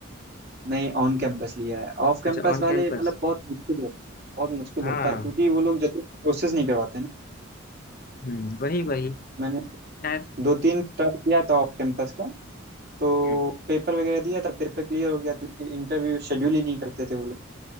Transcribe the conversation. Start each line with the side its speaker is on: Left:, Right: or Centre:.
Right: नहीं ऑन कैंपस लिया है ऑफ कैंपस
Left: अच्छा ऑन
Right: वाले
Left: कैंपस
Right: मतलब बहुत मुश्किल हो बहुत मुश्किल
Left: हाँ
Right: होता है क्योंकि वो लोग जल्दी प्रोसेस नहीं करवाते ना
Left: हम्म, वही वही
Right: मैंने
Left: खैर
Right: दो तीन ट्राई किया था ऑफ कैंपस का तो
Left: हम्म,
Right: पेपर वगैरह दिया था पेपर क्लियर हो गया था लेकिन इंटरव्यू शेड्यूल ही नहीं करते थे वो लोग